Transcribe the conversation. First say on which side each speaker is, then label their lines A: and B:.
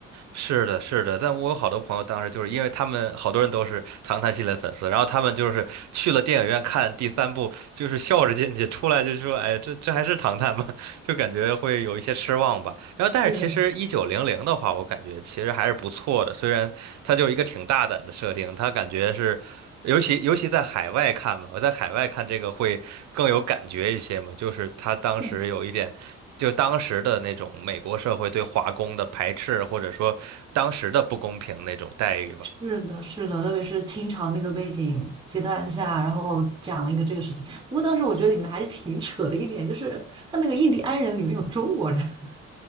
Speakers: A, on the right; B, on the right.
A: 是的，是的，但我有好多朋友当时就是因为他们好多人都是《唐探》系列粉丝，然后他们就是去了电影院看第三部，就是笑着进去，出来就说：“哎，这这还是《唐探》吗？” <laughs> 就感觉会有一些失望吧。然后，但是其实一九零零的话，
B: 是的，
A: 我感觉其实还是不错的，虽然它就是一个挺大胆的设定，它感觉是，尤其尤其在海外看嘛，我在海外看这个会更有感觉一些嘛，就是他当时有一点。
B: 对，
A: 就当时的那种美国社会对华工的排斥，或者说当时的不公平那种待遇吧。
B: 是的，是的，特别是清朝那个背景阶段下，然后讲了一个这个事情。不过当时我觉得里面还是挺扯的一点，就是他那个印第安人里面有中国人。<laughs>